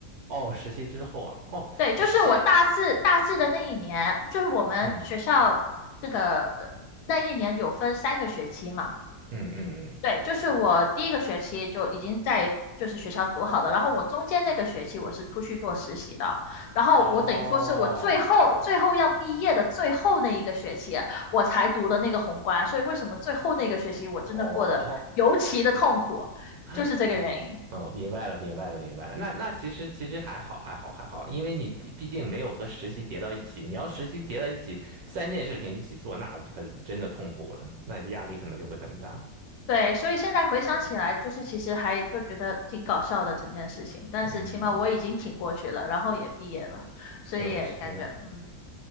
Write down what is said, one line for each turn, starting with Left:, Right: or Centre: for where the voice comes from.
Right: 哦，实习之后啊，
Left: <laughs>
Right: 哦，
Left: 对，就是我大四大四的那一年，
Right: 实习，
Left: 就是我们学校这个呃那一年有分三个学期嘛。
Right: 嗯嗯嗯嗯。
Left: 对，就是我第一个学期就已经在就是学校读好的，然后我中间那个学期我是出去做实习的，然后我等于说是我最后最后要毕业的最后那一个学期我才读的那个宏观，
Right: 哦
Left: 所以为什么最后那个学期我真的过得尤其的痛苦，
Right: 哦，
Left: 就是这个原因。
Right: <laughs> 嗯嗯，明白了，明白了，明白了。那那其实其实还好，还好，还好，因为你毕毕竟没有和实习叠到一起。你要实习叠到一起，三件事情一起做，那可真的痛苦了，那压力可能就会很大。
Left: 对，所以现在回想起来，
Right: 嗯，
Left: 就是其实还就觉得挺搞笑的整件事情，但是起码我已经挺过去了，
Right: 嗯
Left: 然后也毕业了，所以也感觉嗯。
Right: 嗯是，